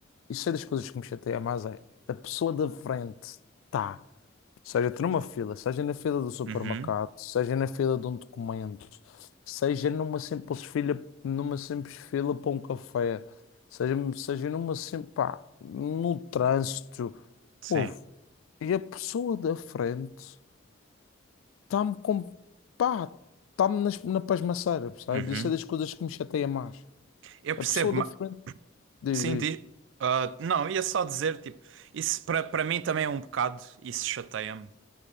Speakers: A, on the left; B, on the right.
A: Isso é das coisas que me chateia mais é a pessoa da frente está. Seja estou numa fila, seja na fila do supermercado,
B: Uhum,
A: seja na fila de um documento, seja numa simples fila, numa simples fila para um café, seja, seja numa simples, pá, no trânsito.
B: sim.
A: Ouve, E a pessoa da frente está-me com. pá, está-me nas- na pasmaceira, percebes?
B: Uhum.
A: Isso é das coisas que me chateia mais.
B: Eu
A: A
B: percebo,
A: pessoa da
B: ma-
A: frente diz,
B: sim,
A: diz,
B: di... ah, não, ia só dizer, tipo, isso para para mim também é um bocado, isso chateia-me.